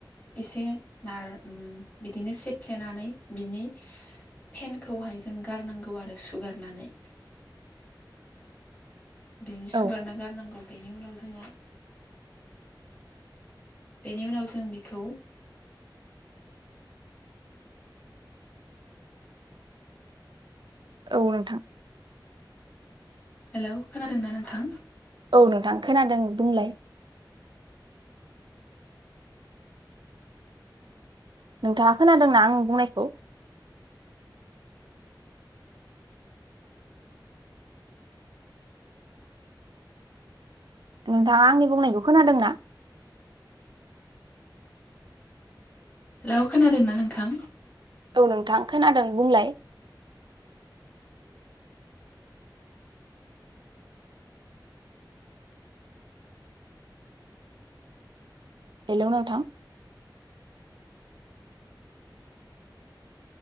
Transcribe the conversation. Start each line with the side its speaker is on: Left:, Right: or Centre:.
Left: एसे नार ओम बिदिनो सेफ्लेनानै बिनि फेनखौहाय जों गारनांगौ आरो सुगारनानै बिनि सुगारना
Right: औ
Left: गारनांगौ बेनि उनाव जोङो बेनि उनाव जों बिखौ
Right: औनोंथां
Left: हेलौ खोनादोंना नोंथां
Right: औ नोंथां खोनादों बुंलाय नोंथाङा खोनादोंना आं बुंनायखौ नोंथाङा आंनि बुंनायखौ खोनादोंना
Left: हेलौ खोनादोंना नोंथां
Right: औ नोंथां खोनादों बुंलाय हेलौ नोंथां